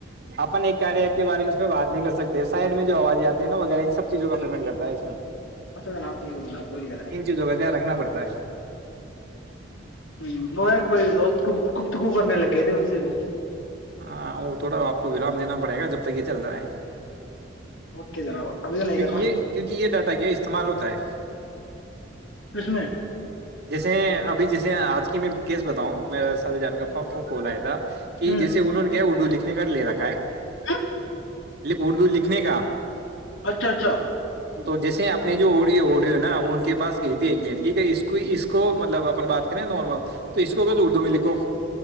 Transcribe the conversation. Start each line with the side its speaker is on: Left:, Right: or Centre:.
Right: اپن ایک کیا کے بارے میں بات نہیں کر سکتے سائڈ میں جو آوازیں آتی ہے ن ویرہ ان سب چیزوں کا پیمنٹ کرتا ہے اس میں
Left: اچا ن ن وہ کد نہیں
Right: ان چیزوں کا دھیان رکھنا پڑتا ہے
Left: ہ وہ ہے کوئی ا گ گتکو کرنے لگے تھ ان سے بھی
Right: ہاں ا تھوڑااپ کو ورام دینا پڑے گا جب تک یہ چل رہا ہے
Left: اوکے جناب ابھی تو نہیں
Right: کیونکہ
Left: کرنا
Right: یہ کیونکہ یہ ڈاٹا کیا استعمال ہوتا ہے
Left: کس میں
Right: جیسے ابھی جیسے آج کی میں کیس بتاؤں میرا سال جان کا پ پ کو لائےدا جیےہوں
Left: ہ
Right: نے اردوکھے ات کر لے راکھا ہے
Left: ہ
Right: اردو لکھنے کا
Left: اچھا اچھا
Right: تو جیسے اپنی جو اڈیو ہے نا وہ ان کے پاس گئی تھی ایک منٹ کی ہے اس کو اس کو مطلب اپن بات کریں نارمل تو اس کو اگ اردو میں لکھو